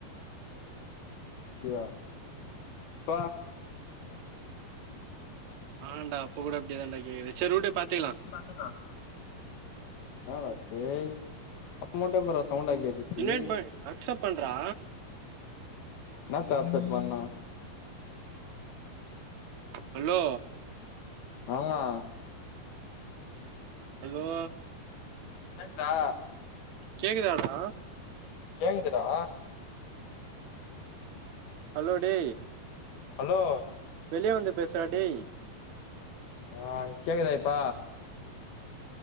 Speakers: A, on the left (about 75°); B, on the right (about 70°).
A: அப்டியா இப்ப
B: ஹாண்டா இப்ப கூட அப்டியே தாண்டா கேக்குது செரிவுடு பாத்துக்கலா
A: பாத்துர்லா ஆ டேய் அப்போ மட்டோ எப்புர்றா சவுண்டா கேட்டு டேய்
B: இன்வைட் பண் அக்செப்ட் பண்றா
A: என்னா டார்ச்சர் பண்ணா
B: ஹலோ
A: ஆல்னா
B: ஹலோ
A: கேக்குதா
B: கேக்குதாடா
A: கேக்குதுடா
B: ஹலோ டே
A: ஹலோ
B: வெளியே வந்து பேசுறா டே
A: ஆ கேக்குதா இப்ப